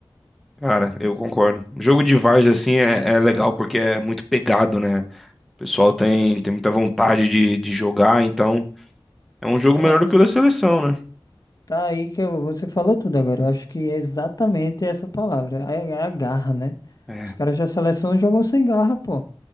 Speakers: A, in the centre; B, on the left (about 45°).
A: Cara, eu concordo. Jogo de várzea, assim, é, é legal porque é muito pegado, né? O pessoal tem, tem muita vontade de, de jogar, então é um jogo
B: Pronto.
A: melhor do que o da seleção, né?
B: Tá aí que eu- você falou tudo agora. Eu acho que é exatamente essa palavra. É, é a garra, né?
A: É,
B: Os caras da seleção jogam sem garra, pô.